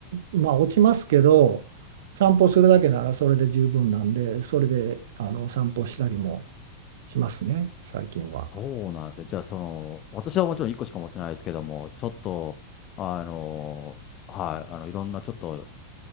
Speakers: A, on the right; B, on the left.
A: まあ、落ちますけど、散歩するだけならそれで十分なんで、それであの散歩したりもしますね、最近は。
B: そうなんですね。じゃあ、その、私はもちろん1個しか持ってないですけども、ちょっと、あの、はい、あの、いろんなちょっと